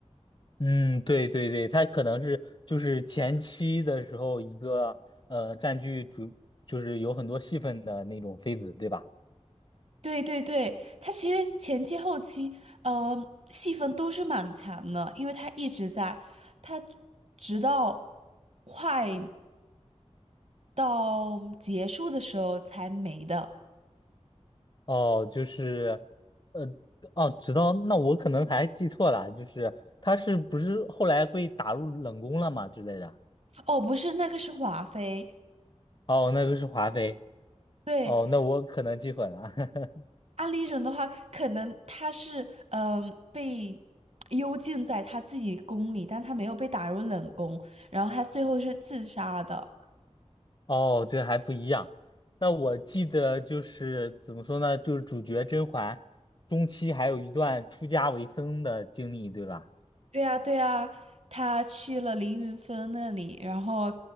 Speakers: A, on the left; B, on the right.
A: 嗯，对对对，他可能是就是前期的时候一个呃占据主，就是有很多戏份的那种妃子，对吧？
B: 对对对，他其实前期后期，呃，戏份都是蛮强的，因为他一直在，他直到快到结束的时候才没的。
A: 哦，就是呃哦，知道，那我可能还记错了，就是他是不是后来被打入冷宫了嘛之类的？
B: 哦，不是，那个是华妃。
A: 哦，那个是华妃。
B: 对，
A: 哦，那我可能记混了。<laughs>
B: 安陵容的话，可能她是嗯、呃被幽禁在她自己宫里，但她没有被打入冷宫，然后她最后是自杀的。
A: 哦，这还不一样。那我记得就是怎么说呢，就是主角甄嬛中期还有一段出家为僧的经历，对吧？
B: 对呀，对呀，他去了凌云峰那里，然后